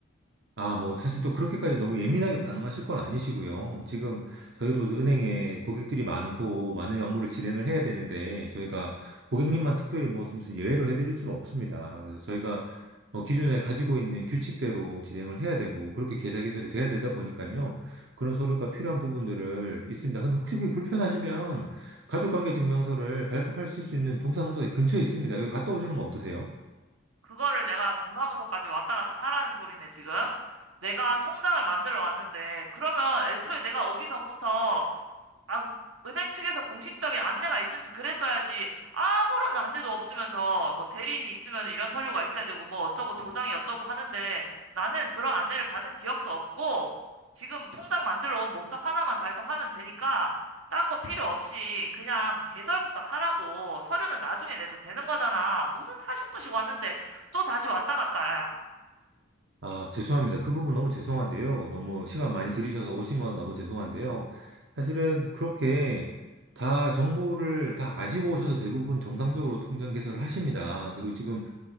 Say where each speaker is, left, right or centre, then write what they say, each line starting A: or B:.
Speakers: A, on the right; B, on the right.
A: 아, 뭐, 사실 또 그렇게까지 너무 예민하게 반응하실 건 아니시고요. 지금 저희도 은행에 고객들이 많고 많은 업무를 진행을 해야 되는데 저희가 고객님만 특별히 뭐 무슨 예외로 해드릴 수는 없습니다. 그래서 저희가 어, 기존에 가지고 있는 규칙대로 진행을 해야 되고 그렇게 계좌 개설이 돼야 되다 보니까요. 그런 서류가 필요한 부분들을 있습니다. 근데 혹시 그게 불편하시면 가족관계증명서를 발급하실 수 있는 동사무소 근처에 있습니다. 여기 갔다 오시는 거 어떠세요?
B: 그거를 내가 동사무소까지 왔다 갔다 하라는 소리네, 지금. 내가 통장을 만들어 왔는데 그러면 애초에 내가 오기 전부터 아, 은행 측에서 공식적인 안내가 있든지 그랬어야지 아무런 안내도 없으면서 뭐 대리인이 있으면 이런 서류가 있어야 되고 뭐 어쩌고 도장이 어쩌고 하는데 나는 그런 안내를 받은 기억도 없고 지금 통장 만들러 온 목적 하나만 달성하면 되니까 딴 거 필요 없이 그냥 개설부터 하라고 서류는 나중에 내도 되는 거잖아. 무슨 사십 분씩 왔는데 또 다시 왔다 갔다 야.
A: 아, 죄송합니다. 그 부분 너무 죄송한데요. 너무 시간 많이 들이셔서 오신 건 너무 죄송한데요. 사실은 그렇게 다 정보를 다 아시고 오셔서 대부분 정상적으로 통장 개설을 하십니다. 그리고 지금